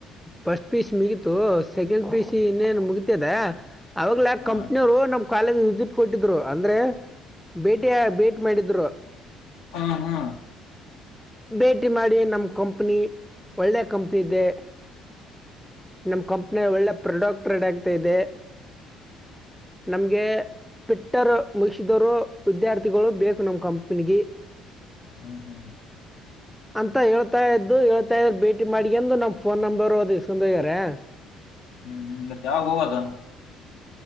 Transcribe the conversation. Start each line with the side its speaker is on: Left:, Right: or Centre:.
Centre: ಫಸ್ಟ್ ಪೀ ಯು ಸಿ ಮುಗತು ಸೆಕೆಂಡ್ ಪೀಯು ಸಿ ಇನ್ನೇನ್ ಮುಗತದ ಅವಾಗಲ
Left: ಹಾ
Centre: ಕಂಪ್ನಿ ಅವರು ನಮ್ ಕಾಲೇಜ್ ವಿಸಿಟ್ ಕೊಟ್ಟಿದ್ರು ಅಂದ್ರೆ ಭೇಟಿಯ ಭೇಟಿ ಮಾಡಿದ್ರು
Left: ಹ ಹಾ
Centre: ಭೇಟಿ ಮಾಡಿ ನಮ್ಮ ಕಂಪನಿ ಒಳ್ಳೆ ಕಂಪನಿೆ ನಮ್ಮ ಕಂಪ್ನಿ ಒಳ್ಳೆ ಪ್ರಾಡಕ್ಟ್ ರೆಡ್ ಆಗ್ತಾ ಇದೆ ನಮ್ಗೆ ಿಟ್ಟರ್ ಮುಗಿಸಿದರು ವಿದ್ಯಾರ್ಥಿಗಳು ಬೇಕು ನಮ ಕಂಪನಿಿಗೆ
Left: ಹ್ಮ್ ಹ್ಮ್
Centre: ಅಂತ ಹೇಳ್ತಾ ಇದ್ದು ಹಳ್ ಭೇಟಿ ಮಾಡಿ ಅಂದು ನಮ್ ಫೋನ್ ನಂಬರ್ ಇಸ್ಕಾಡ್ ಹೋಗವ್ರೆ
Left: ಹ್ಮ್ ಹ್ಮ್ ಮತ್ತೆ ಯಾವಾಗ ಹೋಗದ